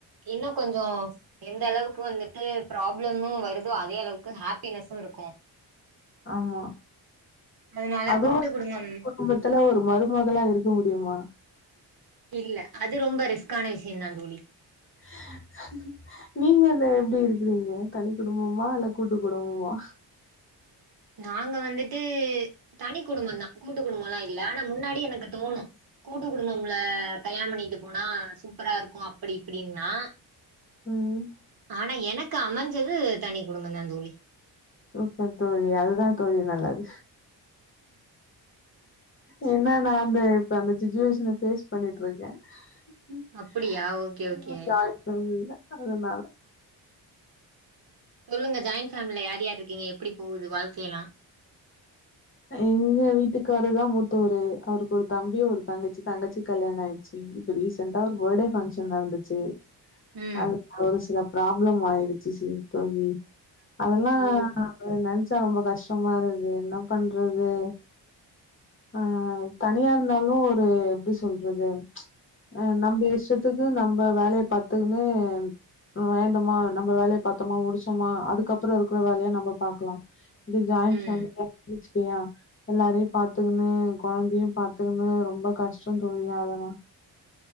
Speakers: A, on the right; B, on the left.
A: இன்னோ கொஞ்சோ எந்த அளவுக்கு வந்துட்டு ப்ராப்ளமு வருதோ அதே அளவுக்கு ஹேப்பினெஸூ இருக்கு
B: ஆமா
A: அதனால
B: அதுவு கூட்டு
A: குடும்பம்
B: குடும்பத் துல ஒரு மருமகளா இருக்க முடியுமா
A: இல்ல அது ரொம்ப ரிஸ்க்கான விஷிய தா தோழி
B: <unintelligible> நீங்க இத எப்டி இருக்கிறீங்க தனி குடும்பமா இல்ல கூட்டு குடும்பமா
A: நாங்க வந்துட்டு தனி குடும்போ தா கூட்டு குடும்போல்லா இல்ல ஆனா முன்னாடி எனக்கு தோணு கூட்டு குடும்பம்ல கல்யாண பண்ணிட்டு போனா சூப்பரா இருக்கு அப்டி இப்டின்னா
B: ம்
A: ஆனா எனக்கு அமஞ்சது தனி குடும்பந்தா தோழி
B: சூப்பர் தோழி அதுதா தோழி நல்லது ஏன்ன நா அந்த இப்ப அந்த சுச்சுவேஷன பேஸ் பண்ணிட்டு இருக்கே <unintelligible>
A: அப்படியா ஓகே ஓகே
B: இல்ல அதனால
A: சொல்லுங்க ஜாயிண் ஃபேமிலா யார் யார் இருக்கீங்க எப்டி போகுது வாழ்க்கை எல்லா
B: எங்க வீட்டுக்காருதா மூத்தவரு அவருக்கு ஒரு தம்பியு ஒரு தங்கச்சி தங்கச்சி கல்யாணோ ஆயிச்சு இப்ப ரீசெண்டா ஒரு ஃபர்த்டே ஃபங்க்ஷன் நடந்துச்சு
A: ம்
B: அது ஒரு சில பிராப்ளம் ஆயிடுச்சு சி தோழி அதெல்லா
A: ஓ
B: நாங்க நென சா ரொம்ப கஷ்டமா இருக்கு என்ன பண்றது ஆ தனியா இருந்தாலு ஒரு எப்டி சொல்றது ஆ நம்ப இஷ்டத்துக்கு நம்ப வேலைய பத்துக்குன்னு வேந்தோமா நம்ம வேலையை பாத்தோமா முடிச்சோமா அதுக்கப்புறோ இருக்க வேலையா நம்ம பாக்கலா இதே ஜாயின்
A: ம்
B: ஃபேமிலி யா இருந்துங்சு வெச்சுக்கயே எல்லரையு பாத் த்துகுன்னு கொழந்தையு பாத்துகுன்னு ரொம்ப கஷ்டோ தோழி அதெல்லா